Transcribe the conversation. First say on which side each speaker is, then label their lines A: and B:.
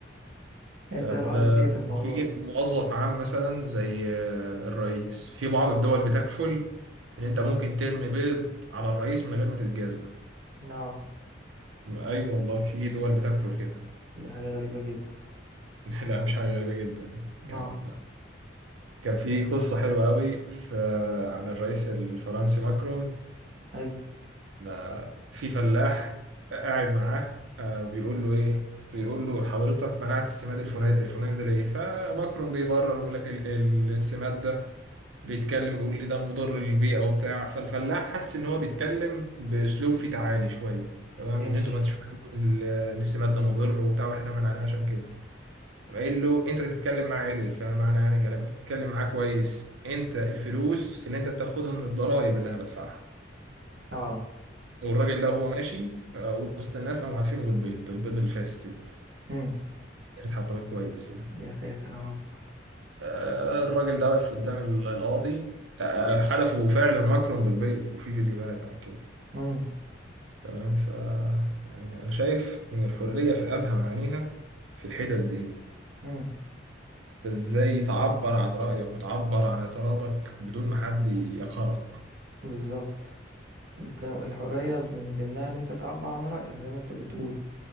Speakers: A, on the right; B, on the right.
A: انت
B: طب
A: رأيك
B: آه،
A: ايه في الموضوع
B: في
A: ده
B: موظف عام مثلا زي آه، الرئيس في بعض الدول بتكفل ان انت ممكن ترمي بيض على الرئيس من غير ما تتجازى
A: اه
B: اي والله في دول بتكفل كده
A: دي حاجة غريبة جدا
B: <laughs> لا مش حاجة غريبة جدا
A: اه
B: كان كان في قصة حلوة قوي في عن الرئيس الفرنسي ماكرون
A: حلو
B: لا، في فلاح قاعد معاه آه، بيقول له ايه بيقول له حضرتك منعت السماد الفلاني الفلاني ده ليه فماكرون بيبرر ويقول لك ال- ال- السماد ده بيتكلم بيقول لي ده مضر للبيئة وبتاع فالفلاح حس إن هو بيتكلم بأسلوب فيه تعالي شوية تمام
A: ماشي
B: إن أنتوا ما تشوفوا ال- إن السماد ده مضر وبتاع وإحنا منعناه عشان كده قام قايل له أنت تتكلم معاه عدل فمعنى يعني كلام أنت تتكلم معاه كويس أنت الفلوس اللي أنت بتاخدها من الضرايب اللي أنا بدفعها
A: اه
B: والراجل ده وهو ماشي آه، وسط الناس قاموا عارفينه بالبيض البيض الفاسد
A: امم
B: اللي اتحطمت كويس يعني
A: يا ساتر يا رب
B: آه، الراجل ده واقف قدام ال- القاضي آه، حدفوا فعلا ماكرون بالبيض وفي فيديوهات عن كده
A: امم
B: تمام ف يعني انا شايف ان الحريه في ابهى معانيها في الحتت دي
A: امم
B: انت ازاي تعبر عن رايك وتعبر عن اعتراضك بدون ما حد يقهرك
A: بالظبط انت الحرية من ضمنها ان انت تعبر عن رأيك زي ما انت بتقول